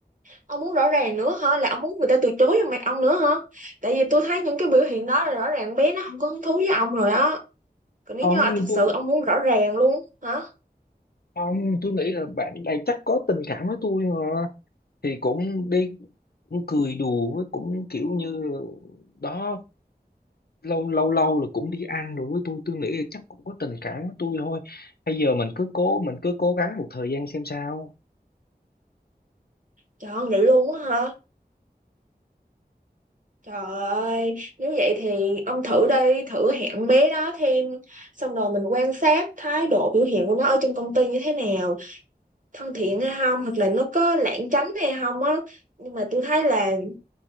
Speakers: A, on the right; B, on the left.
A: ông muốn rõ ràng nữa hả là ông muốn người ta từ chối vào mặt ông nữa hả tại vì tôi thấy những cái biểu hiện đó là rõ ràng bé nó không có hứng thú với ông rồi đó còn nếu
B: ông
A: như là thật sự
B: tôi
A: ông muốn rõ ràng luôn hả
B: ông tôi nghĩ là bạn này chắc có tình cảm với tôi mà thì cũng đi cũng cười đùa với cũng kiểu như đó lâu lâu lâu rồi cũng đi ăn rồi với tôi tôi nghĩ là chắc cũng có tình cảm với tôi thôi bây giờ mình cứ cố mình cứ cố gắng một thời gian xem sao
A: trời ơi, vậy luôn á hả trời ơi nếu vậy thì ông thử đi thử hẹn bé đó thêm xong rồi mình quan sát thái độ biểu hiện của nó ở trong công ty như thế nào thân thiện hay không hoặc là nó có lãng tránh hay không á nhưng mà tôi thấy là